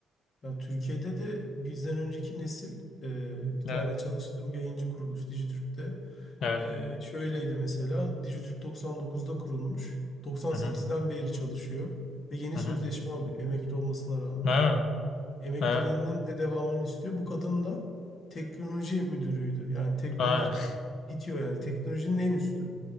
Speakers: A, on the left; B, on the left.
A: ya Türkiye'de de bizden önceki nesil e, bir tane
B: Evet.
A: çalıştığım yayıncı kuruluş Dijitürk'te
B: Evet.
A: e, şöyleydi mesela Dijitürk 99'da kurulmuş. 98'den
B: Hı hı.
A: beri çalışıyor ve yeni
B: Hı
A: sözleşme
B: hı.
A: alıyor emekli olmasına rağmen.
B: Evet.
A: Emekliliğinin
B: Evet.
A: de devamını istiyor. Bu kadın da teknoloji müdürüydü. Yani teknoloji
B: Evet.
A: itiyor. yani teknolojinin en üstü.